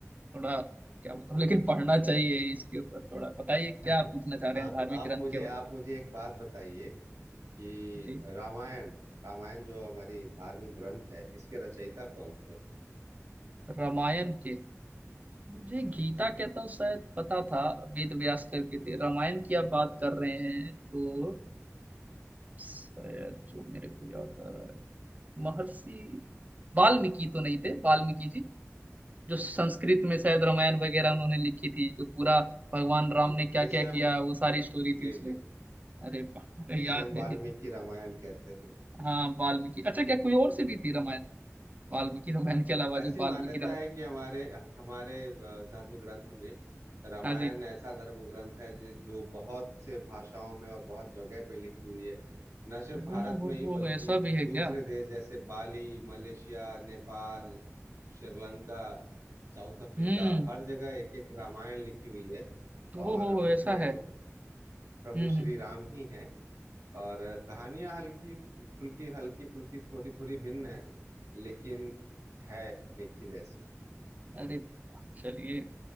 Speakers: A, on the right; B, on the right.
A: थोड़ा क्या बताऊँ लेकिन पढ़ना चाहिए इसके ऊपर थोड़ा बताइए
B: <laughs>
A: क्या आप पूछना चाह रहे
B: हाँ
A: हैं धार्मिक
B: तो आप
A: ग्रंथ
B: मुझे
A: के बारे
B: आप मुझे एक बात बताइए कि
A: में जी
B: रामायण रामायण जो हमारी धार्मिक ग्रंथ है इसके रचयिता कौन थे
A: रामायण के मुझे गीता के तो शायद पता था वेद व्यास करके थे रामायण की आप बात कर रहे हैं तो शायद जो मेरे को याद आ रहा है महर्षि वाल्मीकि तो नहीं थे वाल्मीकि जी जो संस्कृत में शायद रामायण वगैरह उन्होंने लिखी थी जो पूरा भगवान राम
B: जी
A: ने क्या
B: जिसे
A: क्या किया
B: हम
A: वो सारी स्टोरी
B: जी
A: थी उसमें
B: जी
A: अरे बाप रे,
B: जिसे
A: याद
B: हम वाल्मीकि
A: है ये तो
B: रामायण कहते हैं
A: हाँ वाल्मीकि अच्छा क्या कोई और से भी थी रामायण वाल्मीकि रामायण के अलावा
B: ऐसी
A: जो वाल्मीकि
B: मान्यता
A: रामायण
B: है कि हमारे हमारे अ, धर्म ग्रंथ में रामायण
A: हाँ जी
B: ऐसा धर्म ग्रंथ है जे- जो बहुत से भाषाओं में और बहुत जगह पे लिखी हुई है न सिर्फ भारत
A: हो हो
B: में ही
A: हो
B: बल्कि
A: ऐसा भी है क्या
B: दूसरे देश जैसे Bali Malaysia Nepal Sri Lanka South Africa
A: हम्म
B: हर जगह एक एक रामायण लिखी हुई है
A: हो
B: और
A: हो
B: उसमें
A: ऐसा
B: उ-
A: है
B: प्रभु
A: हम्म
B: श्री
A: हम्म,
B: राम ही हैं और कहानियां हल्की फुल्की हल्की फुल्की थोड़ी थोड़ी भिन्न है लेकिन है एक ही जैसी
A: अरे वाह, चलिए